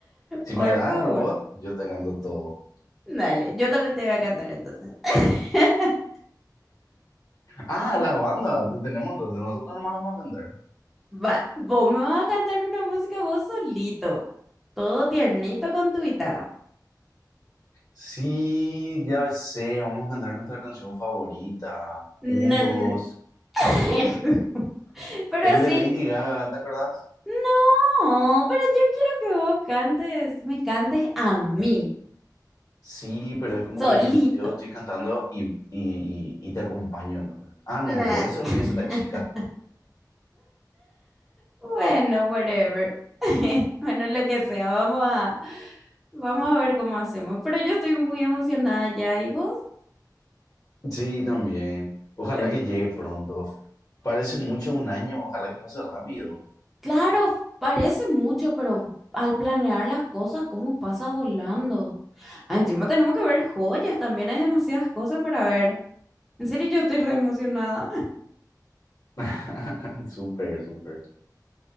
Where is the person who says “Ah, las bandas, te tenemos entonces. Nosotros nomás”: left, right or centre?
Left